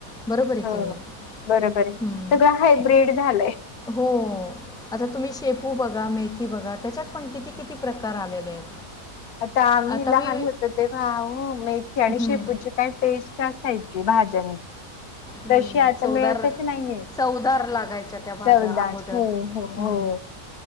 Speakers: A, in the centre; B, on the left.
A: बरोबर आहे
B: हो
A: की नाही?
B: बरोबर आहे
A: हं.
B: सगळं हायब्रीड झालंय.
A: हो. आता तुम्ही शेपू बघा, मेथी बघा त्याच्यात पण किती किती प्रकार आलेले आहेत.
B: आता आम्ही
A: आता मी
B: लहान होतो तेव्हा हो मेथी आणि
A: हं.
B: शेपूची काय टेस्ट असायची. जी भाज्या
A: हं,
B: तशी आता
A: चवदार
B: मिळतच नाहीये
A: चवदार लागायच्या त्या भाज्या
B: चौदा
A: अगोदर
B: हो हो
A: हं,
B: हो